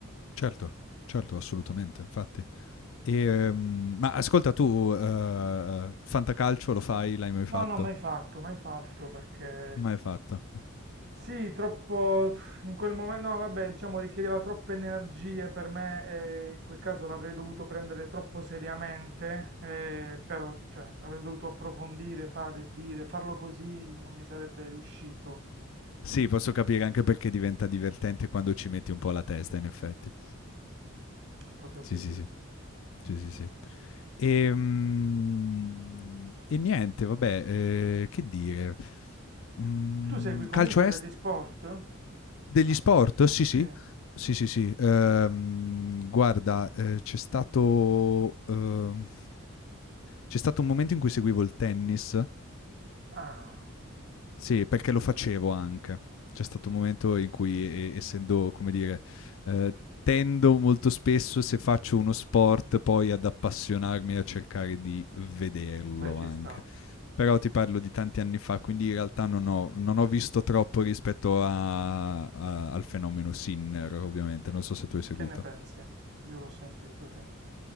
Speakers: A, on the left (about 65°); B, on the right (about 55°).
A: Certo, certo, assolutamente, infatti. Ehm, ma ascolta tu, ehm, fantacalcio lo fai? L'hai mai fatto?
B: No, no, mai fatto, mai fatto perché
A: Mai fatto.
B: sì, troppo in quel momento, no, vabbè, diciamo richiedeva troppe energie per me e in quel caso l'avrei dovuto prendere troppo seriamente, eh, però cioè, avrei dovuto approfondire, fare, dire, farlo così non mi sarebbe riuscito,
A: Sì, posso capire anche perché diventa divertente quando ci metti un po' la testa, in effetti.
B: proprio
A: Sì,
B: così.
A: sì, sì. Sì, sì, sì. E, mhmm, e niente, vabbè, ehm, che dire? Mhmm,
B: Tu segui comunque
A: calcio est
B: degli sport?
A: degli
B: Ah,
A: sport? Sì, sì.
B: sì.
A: Sì, sì, sì. Ehm, guarda, ehm, c'è stato, uhm, c'è stato un momento in cui seguivo il tennis
B: Ah,
A: Sì, perché lo facevo anche. C'è stato un momento in cui e essendo, come dire, ehm, tendo molto spesso se faccio uno sport poi ad appassionarmi e a cercare di vederlo
B: beh, ci
A: anche.
B: sta.
A: Però ti parlo di tanti anni fa, quindi in realtà non ho non ho visto troppo rispetto a a al fenomeno Sinner ovviamente, non so se tu hai seguito.
B: Che ne pensi? Io l'ho sentito, sì.